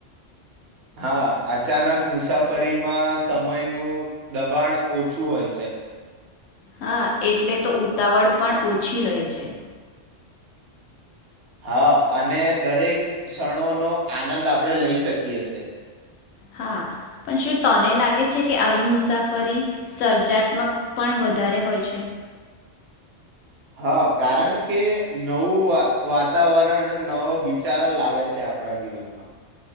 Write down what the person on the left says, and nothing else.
હા એટલે તો ઉતાવળ પણ ઓછી રહે છે.
હા પણ શું તને લાગે છે કે આવી મુસાફરી સર્જાત્મક પણ વધારે હોય છે.